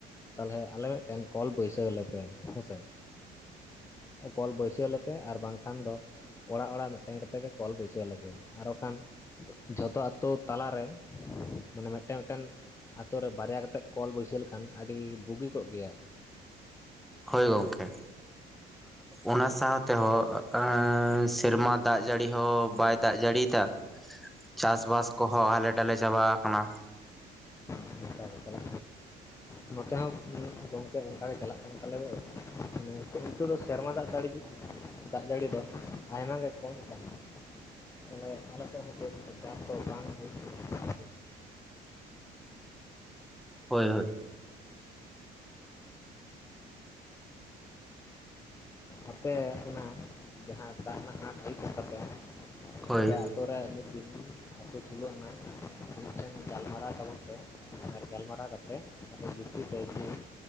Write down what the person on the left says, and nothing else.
ᱛᱟᱦᱚᱞᱮ ᱟᱞᱮ ᱢᱤᱫᱴᱮᱱ ᱠᱚᱞ ᱵᱟᱹᱭᱥᱟᱹᱣ ᱟᱞᱮ ᱯᱮ ᱦᱮᱸ ᱥᱮ ᱠᱚᱞ ᱵᱟᱹᱭᱥᱟᱹᱣ ᱟᱞᱮ ᱯᱮ ᱟᱨ ᱵᱟᱝᱠᱷᱟᱱ ᱫᱚ ᱚᱲᱟᱜ ᱚᱲᱟᱜ ᱢᱤᱫᱴᱮᱱ ᱠᱟᱛᱮ ᱜᱮ ᱠᱚᱞ ᱵᱟᱹᱭᱥᱟᱹᱣ ᱟᱞᱮ ᱯᱮ ᱟᱨ ᱵᱟᱠᱷᱟᱱ ᱡᱚᱛᱚ ᱟᱛᱳ ᱛᱟᱞᱟᱨᱮ ᱢᱟᱱᱮ ᱢᱤᱫᱴᱟᱝ ᱢᱤᱫᱴᱮᱱ ᱟᱛᱳ ᱨᱮ ᱵᱟᱨᱭᱟ ᱠᱟᱛᱮᱜ ᱠᱚᱞ ᱵᱟᱹᱭᱥᱟᱹᱣ ᱞᱮᱠᱷᱟᱱ ᱟᱹᱰᱤ ᱵᱩᱜᱤ ᱠᱚᱜ ᱜᱮᱭᱟ
ᱱᱮᱛᱟᱨ ᱠᱚ ᱪᱟᱞᱟᱜ ᱠᱟᱱᱟ ᱾ ᱱᱚᱛᱮ ᱦᱚᱸ ᱜᱚᱝᱠᱮ ᱚᱱᱠᱟ ᱜᱮ ᱪᱟᱞᱟᱜ ᱠᱟᱱ ᱛᱟᱞᱮ <inaudible> ᱟᱛᱳ ᱫᱚ ᱥᱮᱨᱢᱟ ᱫᱟᱜ ᱡᱟᱹᱲᱤ ᱫᱟᱜ ᱡᱟᱹᱲᱤ ᱫᱚ ᱟᱭᱢᱟ ᱜᱮ ᱠᱚᱢᱚ ᱠᱟᱱᱟ ᱾ ᱛᱮ ᱟᱞᱮ ᱥᱮᱫᱛ ᱪᱟᱥ ᱫᱚ ᱵᱟᱝ ᱦᱩᱭᱩᱜ ᱠᱟᱱᱟ ᱾
ᱟᱯᱮ ᱚᱱᱟ ᱡᱟᱦᱟᱸ ᱫᱟᱜ ᱨᱮᱱᱟᱜ ᱦᱟᱴ ᱦᱳᱜ ᱛᱟᱯᱮᱭᱟ
ᱟᱯᱮ ᱾ ᱟᱛᱳ ᱨᱮ ᱢᱤᱫ ᱫᱤᱱ ᱟᱛᱳ ᱥᱳᱞᱳ ᱟᱱᱟ ᱾ ᱢᱤᱫᱴᱷᱮᱱ ᱜᱟᱞᱢᱟᱨᱟᱣ ᱛᱟᱵᱚᱱ ᱯᱮ ᱟᱨ ᱜᱟᱞᱢᱟᱨᱟᱣ ᱠᱟᱛᱮᱫ ᱟᱯᱮ ᱡᱩᱜ ᱛᱤ ᱯᱮ ᱡᱮ ᱾